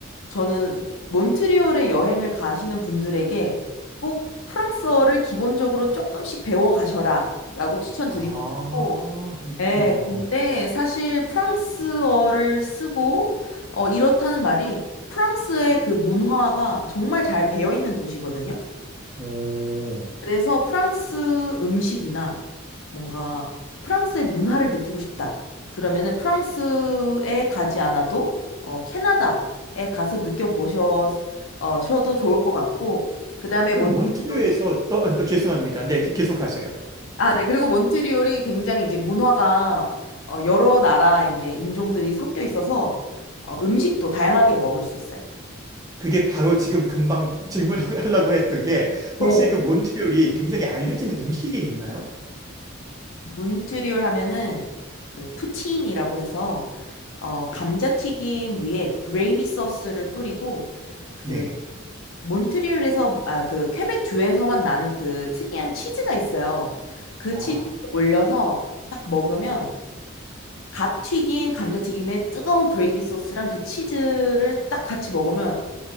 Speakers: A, on the left; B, on the right.
A: 저는 몬트리올에 여행을 가시는 분들에게 꼭 프랑스어를 기본적으로 조금씩 배워 가셔라 라고 추천드리고
B: 아,
A: 싶고
B: 그렇군요.
A: 네, 근데 사실 프랑스어를 쓰고 어, 이렇다는 말이 프랑스의 그 문화가 정말 잘 배어 있는 도시거든요.
B: 오.
A: 그래서 프랑스 음식이나 뭔가 프랑스의 문화를 느끼고 싶다. 그러면은 프랑스에 가지 않아도 어, 캐나다에 가서 느껴보셔도 좋을 것 같고, 그 다음에
B: 그럼
A: 몬테피오르
B: 몬트리올에서, 또, 아, 죄송합니다. 네, 계속 하세요.
A: 아, 네. 그리고 몬트리올이 굉장히 이제 문화가 어, 여러 나라 이제 인종들이 섞여 있어서 어, 음식도 다양하게 먹을 수 있어요.
B: 그게 바로 지금 금방 질문하려고 <laughs> 했던 게,
A: 네.
B: 혹시 그 몬트리올이 굉장히 알려진 음식이 있나요?
A: 몬트리올 하면은 그 푸틴이라고 해서 어, 감자튀김 위에 그레이비 소스를 뿌리고 그
B: 네.
A: 몬트리올에서 아, 그 퀘벡 주에서만 나는 그 특이한 치즈가 있어요. 그
B: 아.
A: 치즈 올려서 딱 먹으면 갓 튀긴 감자튀김에 뜨거운 그레이비 소스랑 그 치즈를 딱 같이 먹으면